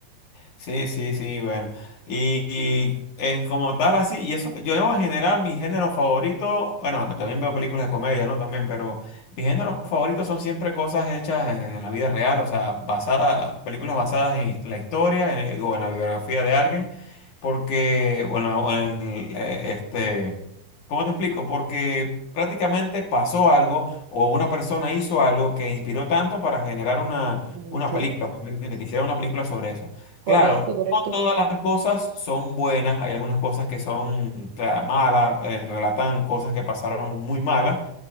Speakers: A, on the left; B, on the right.
A: Sí, sí, sí, bueno. Y, y, eh, como tal, así, y eso que yo en general, mi género favorito, bueno, también veo películas de comedia, ¿no? También, pero mis géneros favoritos son siempre cosas hechas en, en la vida real, o sea, basadas, películas basadas en la historia en- o en la biografía de alguien, porque, bueno, o en, eh, este, ¿cómo te explico? Porque prácticamente pasó algo o una persona hizo algo que inspiró tanto para generar una,
B: Eso.
A: una película, pues, ¿me entiendes? Que hiciera una película sobre eso.
B: Correcto,
A: Claro,
B: correcto.
A: no todas las cosas son buenas, hay algunas cosas que son claro, malas, eh, relatan cosas que pasaron muy malas,